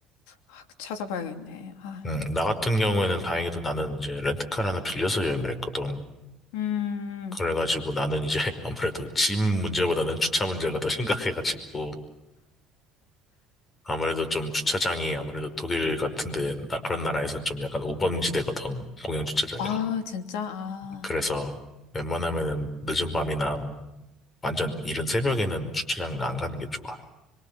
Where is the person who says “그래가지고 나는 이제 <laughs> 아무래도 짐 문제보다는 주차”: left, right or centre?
Left